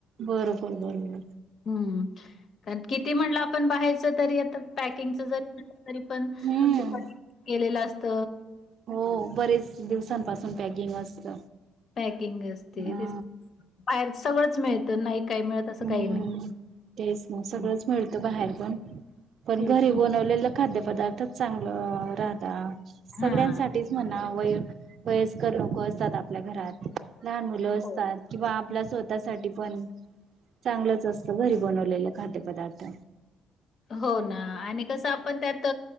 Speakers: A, on the right; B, on the left.
A: बरोबर बरोबर
B: हम्म. किती म्हणलं आपण बाहेरच तरी आता पॅकिंगच जरी म्हटल तरी पण
A: हम्म
B: <inaudible> केलेल असत.
A: हो बरेच दिवसांपासून पॅकिंग असत.
B: पॅकिंग असते
A: हा.
B: बाहेर सगळंच मिळत नाही काही असं
A: हम्म
B: काही
A: तेच ना सगळंच
B: हं,
A: मिळतं बाहेर पण. पण
B: तेच
A: घरी बनवलेलं खाद्यपदार्थच चांगलं राहत. सगळ्यांसाठीच
B: हां.
A: म्हणा वय वयस्कर लोक असतात आपल्या घरात लहान मुलं असतात
B: हो,
A: किंवा आपल्या स्वतःसाठी पण. चांगलंच असतं घरी बनवलेलं खाद्यपदार्थ.
B: हो ना आणि कसं आपण त्यात